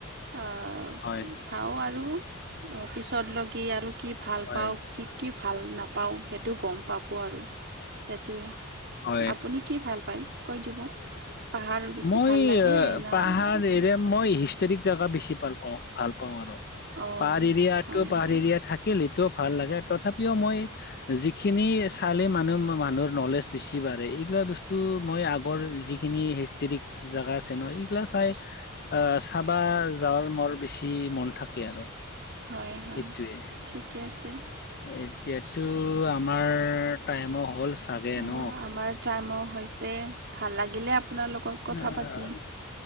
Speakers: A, on the right (about 55°); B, on the left (about 50°).
A: আঁ
B: হয়
A: চাওঁ আৰু অঁ পিছত লগি আৰু কি ভাল
B: হয়
A: পাওঁ। শিকি ভাল নাপাওঁ, সেটো গম পাব আৰু সেইটোৱে
B: হয়
A: আপুনি। কি ভাল পায় কৈ দিব পাহাৰ বেছি
B: মই
A: ভাল লাগে
B: আহ,
A: না
B: পাহাৰ
A: আৰু কি?
B: এৰিয়া মই হিষ্টৰিক জগা বেছি ভাল পাওঁ ভাল পাওঁ আৰু
A: অঁ
B: পাহাৰ এৰিয়াতো
A: হয়
B: পাহাৰএৰিয়া
A: হয়
B: থা কে লিটিও ভাল লাগে, তথাপিও মই যিখিনি চালে মানুহ মানুহৰ নলেজ বেছি বাঢ়ে, এইগিলা ব টো মই আগৰ যিখিনি হিষ্টৰিক জাগা আছে ন, এইগিলা চাই আহ চাবা যাৰ মৰ বেছি মন থাকে আৰু
A: হয় হয়
B: সেইটোৱে।
A: ঠিকে আছে।
B: এতিয়াতো আমাৰ টাইমো হ'ল। চাগে
A: অঁ
B: ন?
A: আমাৰ টাইমো হৈছে। ভাল লাগিলে আপোনাৰ লগত কথা
B: আহ,
A: পাতি